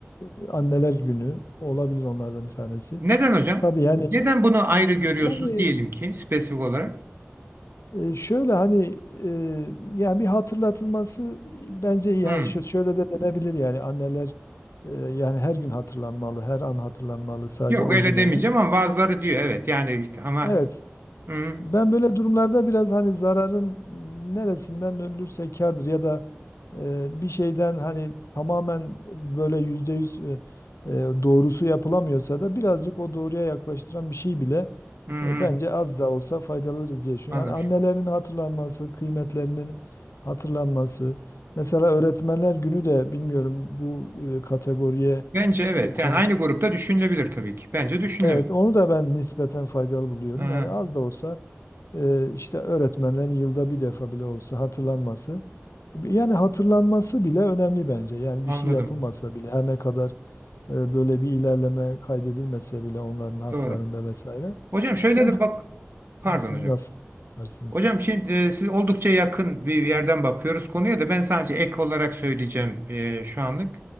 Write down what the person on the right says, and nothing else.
Neden hocam?
Neden bunu ayrı görüyorsunuz
diyelim ki spesifik olarak?
Hmm.
Yok
öyle
demeyeceğim ama bazıları diyor evet yani işte ama
hmm,
hmm,
hmm,
anladım.
Bence evet
yani aynı grupta düşünülebilir tabii ki. Bence düşünülebilir.
Ha,
anladım.
Doğru.
Hocam şöyle
de bak
pardon
hocam.
Hocam şimdi e, siz oldukça yakın bir yerden bakıyoruz konuya da ben sadece ek olarak söyleyeceğim e, şu anlık.